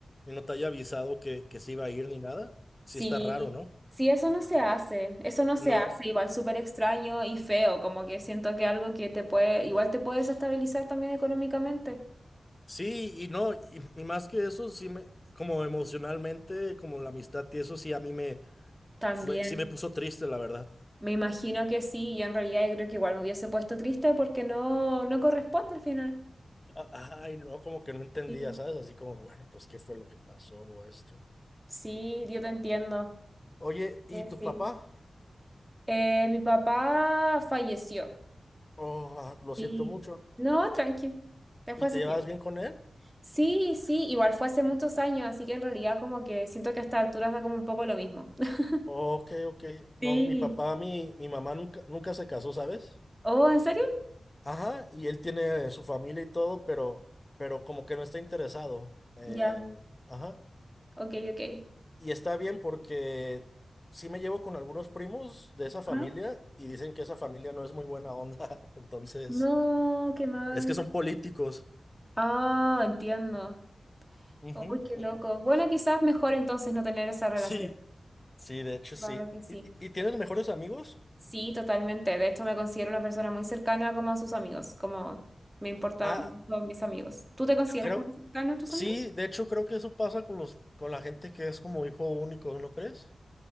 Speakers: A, on the left; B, in the centre.
A: y no te haya avisado que, que se iba a ir ni nada.
B: Sí,
A: Sí está raro, ¿no?
B: sí, eso no se hace, eso no se
A: No,
B: hace, igual súper extraño y feo, como que siento que algo que te puede, igual te puede desestabilizar también económicamente.
A: sí, y no, y, y más que eso, sí me, como emocionalmente, como la amistad y eso sí a mí me
B: También,
A: fue, sí me puso triste, la verdad.
B: me imagino que sí, yo en realidad yo creo que igual me hubiese puesto triste porque no, no corresponde al final.
A: a- Ay, no, como que no entendía,
B: Sí,
A: ¿sabes? Así como, bueno, pues, ¿qué fue lo que pasó o esto?
B: sí, yo te entiendo.
A: Oye, ¿y
B: Sí,
A: tu
B: sí.
A: papá?
B: Eh, mi papá falleció.
A: Oh, ah, lo
B: Sí.
A: siento mucho.
B: No, tranqui, ya
A: ¿Y
B: fue hace
A: te llevabas
B: tiempo.
A: bien con él?
B: Sí, sí, igual fue hace muchos años, así que en realidad como que siento que a estas alturas da como un poco lo mismo. <laughs>
A: Ok, ok. No,
B: Sí.
A: mi papá, mi, mi mamá nunca, nunca se casó, ¿sabes?
B: Oh, ¿en serio?
A: Ajá, y él tiene su familia y todo, pero, pero como que no está interesado en...
B: Ya,
A: Ajá.
B: Ok, ok.
A: Y está bien porque sí me llevo con algunos primos de esa familia
B: Ajá.
A: y dicen que esa familia no es muy buena onda. <laughs> Entonces,
B: No, qué mal.
A: es que son políticos.
B: Ah, entiendo.
A: Ujú,
B: Uy, qué loco. Bueno, quizás mejor entonces no tener esa relación.
A: Sí, sí, de hecho sí.
B: Claro que sí.
A: ¿Y, y tienes mejores amigos?
B: Sí, totalmente. De hecho, me considero una persona muy cercana como a sus amigos, como me importan
A: Ah,
B: todos mis amigos. ¿Tú te consideras
A: creo,
B: como cercano a tus
A: sí,
B: amigos?
A: de hecho creo que eso pasa con los, con la gente que es como hijo único, ¿no crees?